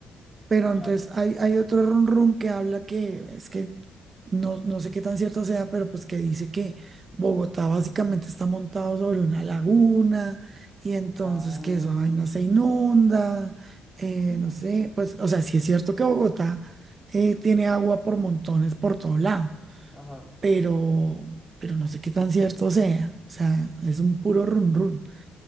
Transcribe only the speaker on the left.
Claro.
Ah,
ajá,